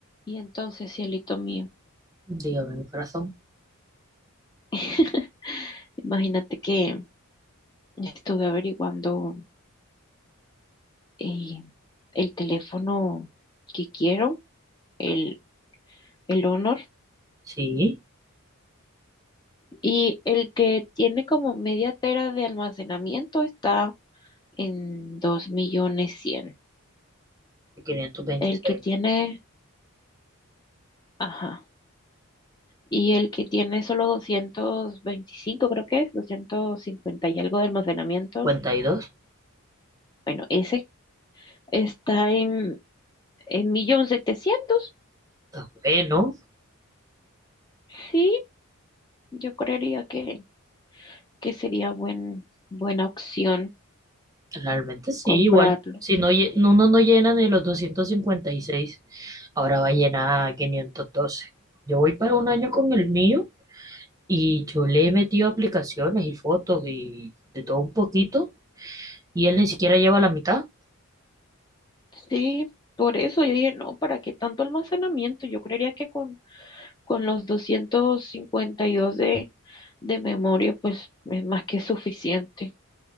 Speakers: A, on the left; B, on the right.
A: Y entonces, cielito mío,
B: Dígame, mi corazón.
A: <laughs> imagínate que estuve averiguando eh, el teléfono que quiero, el, el Honor,
B: Sí,
A: y el que tiene como media tera de almacenamiento está en dos millones cien
B: 526.
A: El que tiene, ajá, y el que tiene solo doscientos veinticinco creo que es, 250 y algo de almacenamiento,
B: 52.
A: bueno, ese está en, en millón setecientos
B: Está bueno.
A: Sí, Yo creería que, que sería buen, buena opción
B: Realmente sí,
A: comprarlo.
B: igual. Si no, lle- no, uno no llena ni los 256, ahora va a llenar 512. Yo voy para un año con el mío y yo le he metido aplicaciones y fotos y de todo un poquito y él ni siquiera lleva la mitad.
A: Sí, por eso yo dije, no, ¿para qué tanto almacenamiento? Yo creería que con, con los 252 de, de memoria, pues es más que suficiente.